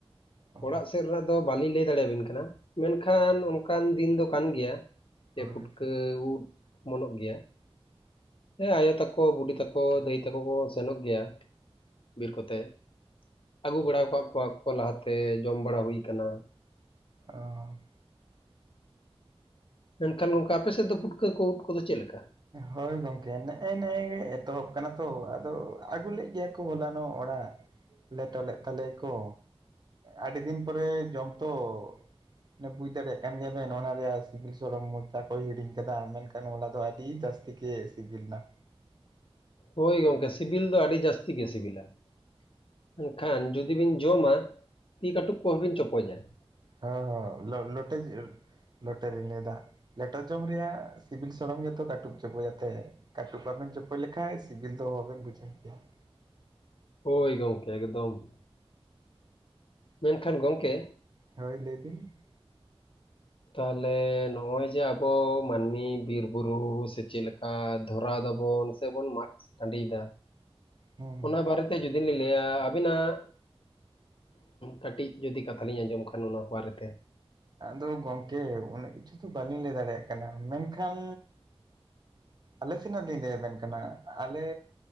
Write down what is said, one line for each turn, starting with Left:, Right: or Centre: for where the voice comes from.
Right: ᱚ
Left: ᱚᱲᱟᱜ ᱥᱮᱫ ᱨᱮᱱᱟᱜ ᱫᱚ ᱵᱟᱹᱞᱤᱧ ᱞᱟᱹᱭ ᱫᱟᱲᱮᱭᱟᱵᱤᱱ ᱠᱟᱱᱟ, ᱢᱮᱱᱠᱷᱟᱱ ᱚᱱᱠᱟᱱ ᱫᱤᱱ ᱫᱚ ᱠᱟᱱ ᱜᱮᱭᱟ
Right: ᱦᱳᱭ
Left: ᱡᱮ ᱯᱩᱴᱠᱟᱹ ᱩᱫ ᱚᱢᱚᱱᱚᱜ ᱜᱮᱭᱟ, ᱦᱮᱸ ᱟᱭᱳ ᱛᱟᱠᱚ, ᱵᱩᱰᱤ ᱛᱟᱠᱚ, ᱫᱟᱹᱭ ᱛᱮᱠᱚ ᱠᱚ ᱥᱮᱱᱚᱜ ᱜᱮᱭᱟ ᱵᱤᱨ ᱠᱚᱛᱮ ᱟᱹᱜᱩ ᱵᱟᱲᱟᱣ ᱠᱟᱫ ᱠᱚᱣᱟ ᱠᱚ ᱞᱟᱦᱟᱛᱮ ᱡᱚᱢ ᱵᱟᱲᱟ ᱦᱩᱭ ᱟᱠᱟᱱᱟ ᱾
Right: ᱚᱻ ᱾
Left: ᱢᱮᱱᱠᱷᱟᱱ ᱚᱱᱠᱟ ᱟᱯᱮ ᱥᱮᱫ ᱫᱚ ᱯᱩᱴᱠᱟᱹ ᱠᱚ ᱩᱫ ᱠᱚᱫᱚ ᱪᱮᱫ ᱞᱮᱠᱟ?
Right: ᱦᱳᱭ ᱜᱚᱝᱠᱮ, ᱱᱮᱜᱼᱮ ᱱᱮᱜᱼᱮ ᱜᱮ ᱮᱛᱚᱦᱚᱵ ᱠᱟᱱᱟ ᱛᱚ ᱟᱫᱚ ᱟᱹᱜᱩ ᱞᱮᱫ ᱜᱮᱭᱟ ᱠᱚ ᱦᱚᱞᱟᱱᱚᱜ ᱚᱲᱟᱜ ᱞᱮᱴᱚ ᱞᱮᱫ ᱛᱟᱞᱮᱭᱟᱠᱚ ᱟᱹᱰᱤ ᱫᱤᱱ ᱯᱚᱨᱮ ᱡᱚᱢ ᱛᱚ ᱢᱟᱱᱮ ᱵᱩᱡ ᱫᱟᱲᱮᱭᱟᱜ ᱠᱟᱱ ᱜᱮᱭᱟ ᱵᱮᱱ ᱚᱱᱟ ᱨᱮᱭᱟᱜ ᱥᱤᱵᱤᱞ ᱥᱚᱲᱚᱢ ᱢᱚᱪᱟ ᱠᱚ ᱦᱤᱲᱤᱧ ᱠᱟᱫᱟ ᱢᱮᱱᱠᱷᱟᱱ ᱦᱚᱞᱟ ᱫᱚ ᱟᱹᱰᱤ ᱡᱟᱹᱥᱛᱤ ᱜᱮ ᱥᱤᱵᱤᱞᱱᱟ ᱾
Left: ᱦᱳᱭ ᱜᱚᱝᱠᱮ, ᱥᱤᱵᱤᱞ ᱫᱚ ᱟᱹᱰᱤ ᱡᱟᱹᱥᱛᱤ ᱜᱮ ᱥᱤᱵᱤᱞᱟ ᱾ ᱢᱮᱱᱱᱠᱷᱟᱱ ᱡᱩᱫᱤ ᱵᱤᱱ ᱡᱚᱢᱟ ᱛᱤ ᱠᱟᱹᱴᱩᱠ ᱠᱚᱦᱚᱸ ᱵᱤᱱ ᱪᱚᱯᱚᱡᱟ ᱾
Right: ᱦᱚ ᱦᱚ ᱞᱚ ᱞᱚᱴᱮ ᱞᱤᱴᱮ ᱞᱤᱧ ᱞᱟᱭ ᱫᱟ, ᱞᱮᱴᱚ ᱡᱚᱢ ᱨᱮᱭᱟᱜ ᱥᱤᱵᱤᱞ ᱥᱚᱲᱚᱢ ᱡᱚᱛᱚ ᱠᱟᱹᱴᱩᱵ ᱪᱚᱯᱚᱡ ᱠᱟᱛᱮ ᱾ ᱠᱟᱹᱴᱩᱵ ᱵᱟᱵᱮᱱ ᱪᱚᱯᱚᱡ ᱞᱮᱠᱷᱟᱡ ᱥᱤᱵᱤᱞ ᱫᱚ ᱵᱟᱵᱮᱱ ᱵᱩᱡᱷᱟᱹᱣ ᱠᱮᱭᱟ ᱾
Left: ᱦᱳᱣ ᱜᱚᱢᱠᱮ ᱮᱠᱫᱚᱢ ᱾ ᱢᱮᱱᱠᱷᱟᱱ ᱜᱚᱝᱠᱮ ᱾
Right: ᱦᱳᱣ ᱞᱟᱹᱭ ᱵᱮᱱ ᱾
Left: ᱛᱟᱦᱚᱞᱮ ᱱᱚᱜ-ᱚᱭ ᱡᱮ ᱟᱵᱚ ᱢᱟᱹᱱᱢᱤ ᱵᱤᱨ ᱵᱩᱨᱩ ᱥᱮ ᱪᱮᱫ ᱞᱮᱠᱟ ᱫᱷᱚᱨᱟᱣ ᱫᱟᱵᱚᱱ ᱥᱮ ᱵᱚᱱ ᱢᱟᱜ ᱴᱟᱺᱰᱤᱭᱮᱫᱟ,
Right: ᱦᱩᱸ ᱦᱩᱸ
Left: ᱚᱱᱟ ᱵᱟᱨᱮᱛᱮ ᱡᱩᱫᱤ ᱞᱤᱧ ᱞᱟᱹᱭᱟ ᱟᱵᱤᱱᱟᱜ ᱠᱟᱹᱴᱤᱡ ᱡᱩᱫᱤ ᱠᱟᱛᱷᱟᱞᱤᱧ ᱟᱸᱡᱚᱢ ᱠᱷᱟᱱ ᱚᱱᱟ ᱵᱟᱨᱮᱛᱮ ᱾
Right: ᱟᱫᱚ ᱜᱚᱝᱠᱮ ᱩᱱᱟᱹᱜ ᱠᱤᱪᱷᱩ ᱫᱚ ᱵᱟᱹᱞᱤᱧ ᱞᱟᱹᱭ ᱫᱟᱲᱮᱭᱟᱜ ᱠᱟᱱᱟ, ᱢᱮᱱᱠᱷᱟᱱ ᱟᱞᱮ ᱥᱮᱱᱟᱜ ᱞᱤᱧ ᱞᱟᱹᱭ ᱟᱵᱮᱱ ᱠᱟᱱᱟ ᱟᱞᱮ